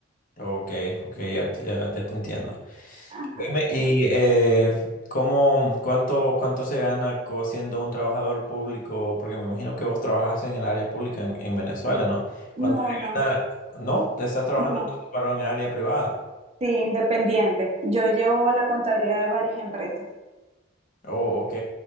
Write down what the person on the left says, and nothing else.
Ok, ok, ya, te- ya, ya te entiendo.
Oíme,
y eh, ¿cómo, cuánto, cuánto se gana co- siendo un trabajador público? Porque me imagino que vos trabajas en el área pública en, en Venezuela, ¿no? ¿Cuánto
se
gana? ¿No? ¿Te estás trabajando
entonces para un área privada?
Oh, ok.